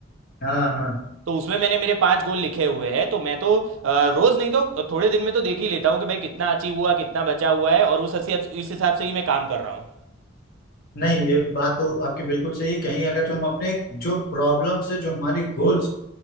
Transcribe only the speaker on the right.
तो उसमें मैंने मेरे पांच गोल लिखे हुए हैं तो मैं तो अ, रोज नहीं तो थोड़े दिन में तो देख ही लेता हूँ कि भाई कितना अचीव हुआ कितना बचा हुआ है और उस हसी- इस हिसाब से ही मैं काम कर रहा हूँ